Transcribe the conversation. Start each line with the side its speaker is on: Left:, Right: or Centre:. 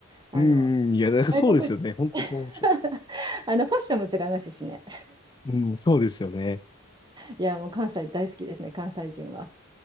Right: あの
Left: うんうん、いや、なんかそうですよね。
Right: 外国人
Left: 本当そう面白
Right: <laughs> あのファッションも違いますしね。
Left: い。うん、そうですよね。
Right: いやもう関西大好きですね関西人は。